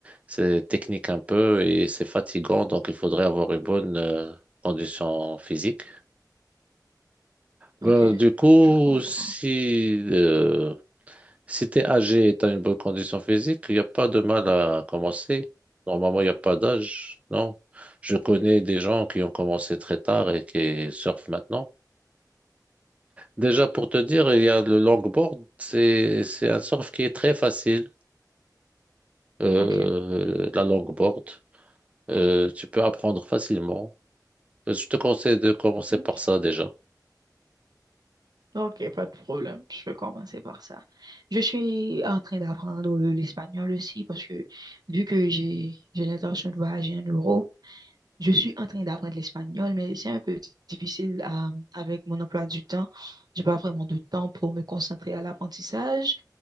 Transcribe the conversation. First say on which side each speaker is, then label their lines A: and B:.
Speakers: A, on the right (about 20°); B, on the right (about 65°).
A: C'est technique un peu et c'est fatigant, donc il faudrait avoir une bonne euh, condition physique. Ben,
B: ok,
A: du coup,
B: je comprends.
A: si euh, Si t'es âgé et t'as une bonne condition physique, il n'y a pas de mal à commencer. Normalement, il n'y a pas d'âge, non. Je connais des gens qui ont commencé très tard et qui surfent maintenant. Déjà, pour te dire, il y a le longboard. C'est, c'est un surf qui est très facile, euh,
B: Ok,
A: la longboard. Euh, tu peux apprendre facilement. Euh, Je te conseille de commencer
B: ok,
A: par ça déjà.
B: ok, pas de problème. Je vais commencer par ça. Je suis en train d'apprendre le- l'espagnol aussi parce que vu que j'ai j'ai l'intention de voyager en Europe, Je suis en train d'apprendre l'espagnol, mais c'est un peu difficile à- avec mon emploi du temps. J'ai pas vraiment de temps pour me concentrer à l'apprentissage,